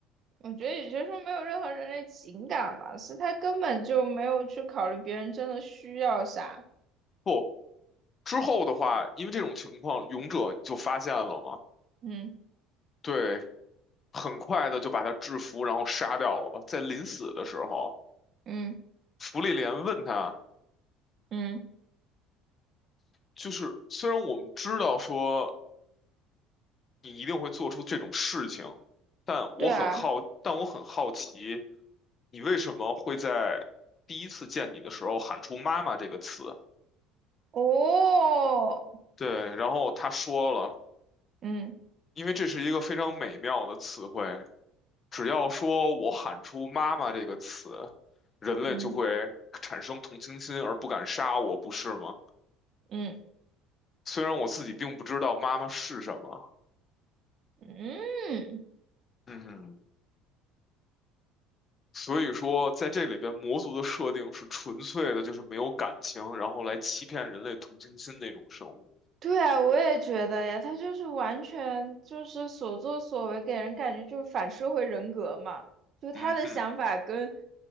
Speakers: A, on the right; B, on the left.
A: 我觉得也就是说没有任何人类情感吧，是他根本就没有去考虑别人真的需要啥。
B: 不，之后的话，因为这种情况，勇者就发现了嘛，
A: 嗯。
B: 对，很快的就把他制服，然后杀掉了。在临死的时候，
A: 嗯
B: 芙莉莲问他，
A: 嗯，
B: 就是虽然我们知道说。你一定会做出这种事情。但我很好，
A: 对啊，
B: 但我很好奇，你为什么会在第一次见你的时候喊出“妈妈”这个词？
A: 哦，
B: 对，然后他说了，
A: 嗯
B: 因为这是一个非常美妙的词汇，只要说我喊出“妈妈”这个词，人类就会
A: 嗯
B: 产生同情心而不敢杀我，不是吗？
A: 嗯
B: 虽然我自己并不知道妈妈是什么。
A: 嗯，嗯
B: 嗯。所以说，在这里边，魔族的设定是纯粹的，就是没有感情，然后来欺骗人类同情心那种生物。
A: 对啊，我也觉得呀，他就是完全就是所作所为，给人感觉就是反社会人格嘛，就他的想法跟
B: 嗯嗯，